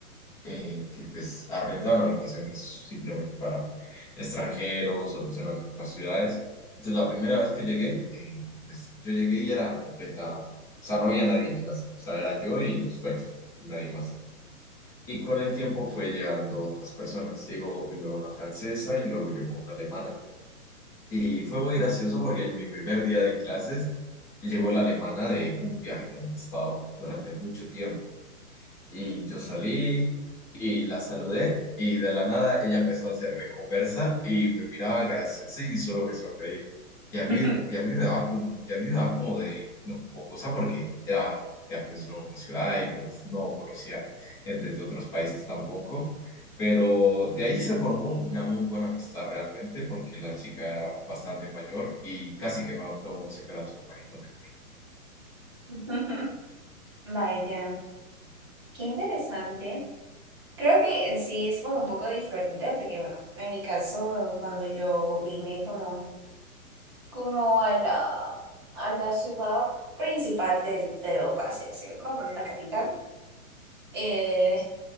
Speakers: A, on the left; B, on the right.
A: eh, que pues arrendaban habitaciones simplemente para extranjeros o personas de otras ciudades. Entonces la primera vez que llegué, eh, pues yo llegué y era completa, o sea, no había nadie en la casa, o sea, era yo y los dueños, nadie más. Y con el tiempo fue llegando otras personas. Llegó primero una francesa y luego llegó una alemana. Y fue muy gracioso porque en mi primer día de clases llegó la alemana de un viaje que había estado durante mucho tiempo. Y yo salí y la saludé y de la nada ella empezó a hacerme conversa y me miraba graciosa y solo me sonreía. Y a mí,
B: Ujú.
A: y a mí me daba como, y a mí me daba como de, no, como cosa porque era, era pues no una ciudad y pues no conocía gente de otros países tampoco. Pero de ahí se formó una muy buena amistad realmente porque la chica era bastante mayor y casi que me adoptó como si fuera su hermanito menor.
B: <laughs> Vaya, qué interesante. Creo que en sí es como un poco diferente porque, bueno, en mi caso, cuando yo vine como como a la, a la ciudad principal del Perú, por así decirlo, bueno, la capital. Eh,